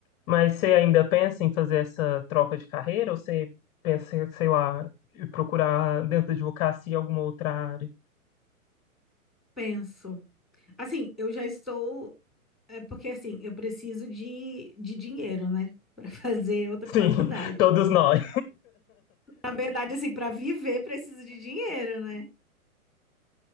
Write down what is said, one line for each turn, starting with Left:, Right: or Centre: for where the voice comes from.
Left: Mas você ainda pensa em fazer essa troca de carreira ou você pensa, em, sei lá, em procurar dentro da advocacia alguma outra área?
Centre: Penso. Assim, eu já estou. É porque, assim, eu preciso de, de dinheiro, né? <laughs> Para fazer outra
Left: Sim,
Centre: faculdade.
Left: <laughs> todos nós.
Centre: Na verdade, assim, para viver, preciso de dinheiro, né?